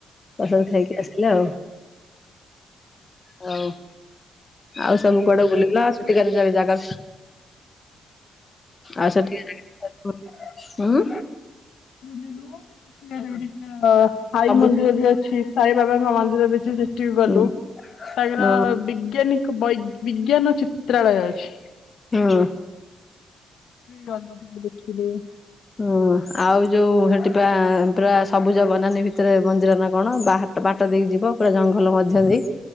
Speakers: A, on the left; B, on the left.
A: ପ୍ରସାଦ ଖାଇକି ଆସିଲେ ଆଉ ହଉ। ଆଉ ସବୁ କୁଆଡେ ବୁଲିଲ ସେଠିକାର ଜା-ଜାଗା ଆଉ ସେଠିକା ଯା <inaudible> ଉଁ।
B: <inaudible> ସାଇ
A: ସବୁ
B: ମନ୍ଦିର ବି ଅଛି, ସାଇ ବାବାଙ୍କ ମନ୍ଦିର ବି ସେଠି ବି ଗଲୁ।
A: ହଁ
B: ତାଙ୍କର
A: ହଁ
B: ବିଜ୍ଞାନିକ ବୈ ବିଜ୍ଞାନ ଚିତ୍ରାଳୟ ଅଛି।
A: ହଁ।
B: <unintelligible> ଗଲୁ ଟିକେ ଦେଖିଲୁ।
A: ହୁଁ, ଆଉ ଯୋଉ ହେଠି ପା ପୁରା ସବୁଜ ବନାନି ଭିତ ରେ ମନ୍ଦିର ନା କଣ? ବା ବାଟ ଦେଇ ଯିବ ପୁରା ଜଙ୍ଗଲ ମଧ୍ୟ ଦେଇ।